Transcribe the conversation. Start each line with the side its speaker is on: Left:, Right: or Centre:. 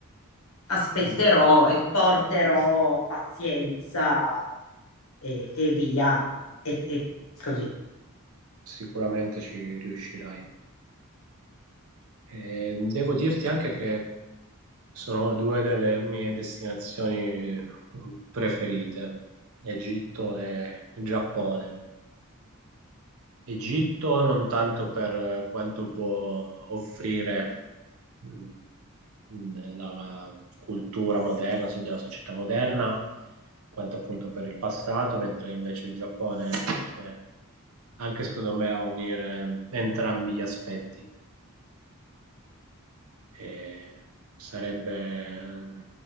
Left: aspetterò
Right: Mm,
Left: e porterò pazienza e, e via, e e così.
Right: Sicuramente ci riuscirai. Eh, devo dirti anche che sono due delle mie destinazioni preferite, Egitto e Giappone. Egitto non tanto per eh, quanto può offrire mh, nella cultura moderna, su- della società moderna, quanto appunto per il passato, mentre invece il Giappone riesce anche secondo me a unire mm, entrambi gli aspetti. E sarebbe mm,